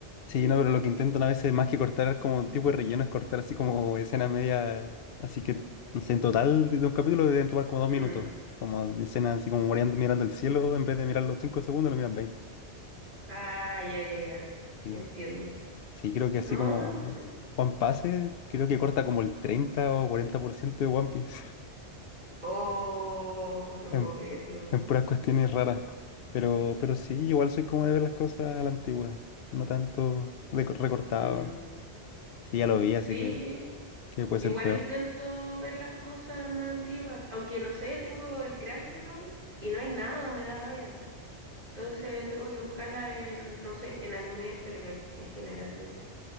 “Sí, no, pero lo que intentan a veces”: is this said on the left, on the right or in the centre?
Left